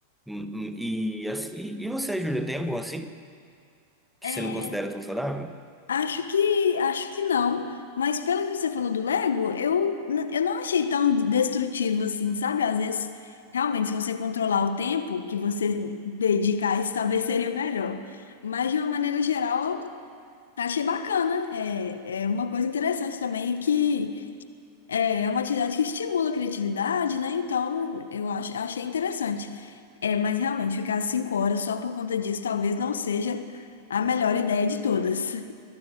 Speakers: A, in the centre; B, on the left (about 65°).
A: Hum, hum, E, assim, e e você, Júlia, tem algum assim que
B: É,
A: você não considera tão saudável?
B: Acho que, acho que não, mas pelo que você falou do Lego, eu, n- eu não achei tão destrutivo assim, sabe? Às vezes, realmente, se você controlar o tempo que você dedica a isso, talvez seria melhor. Mas, de uma maneira geral, achei bacana. É, é uma coisa interessante também que é, é uma atividade que estimula a criatividade, né? Então, eu ach, achei interessante. É, mas, realmente, ficar cinco horas só por conta disso talvez não seja a melhor ideia de todas.